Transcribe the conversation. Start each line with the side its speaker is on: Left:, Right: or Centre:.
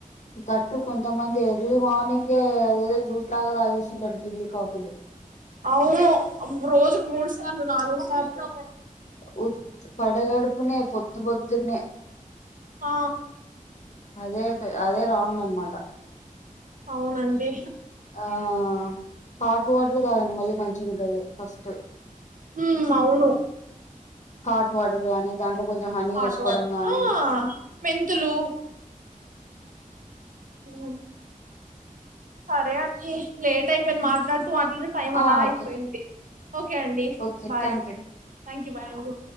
Left: దట్టు కొంతమంది ఎర్లీ మార్నింగే అదేదో జ్యూస్ లాగా తాగేస్తుంటారు టీలు కాఫీలు
Right: అవును రోజుకు మూడు సార్లు నాలుగు సార్లు
Left: ఉర్ పడగడుపునే పొద్దు పొద్దునే
Right: ఆ
Left: అదే పె అదే రాంగ్ అనమాట
Right: అవునండి
Left: ఆ హ హాట్ వాటర్ తాగండి మళ్ళీ మంచిగుంటది ఫస్ట్
Right: ఉమ్ అవును
Left: హాట్ వాటర్ గానీ దాంట్లో కొంచెం హనీ
Right: హాట్
Left: ఏసుకోవడం
Right: వాటర్
Left: గానీ
Right: ఆ మెంతులు మ్మ్ సరే అండి లేట్ అయిపోయింది మాట్లా మాట్లడి టైం
Left: ఆ
Right: అలా అయిపోయింది
Left: ఓకే
Right: ఓకే అండి
Left: okay
Right: bye
Left: thank you
Right: thank you bye అండి